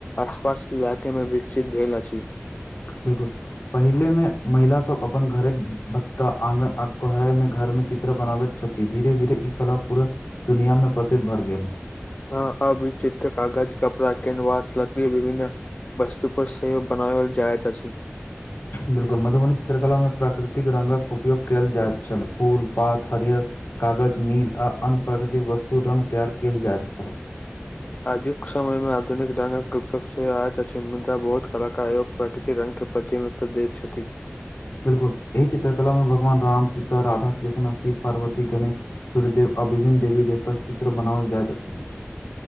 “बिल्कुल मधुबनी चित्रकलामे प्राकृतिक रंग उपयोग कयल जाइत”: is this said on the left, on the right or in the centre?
Left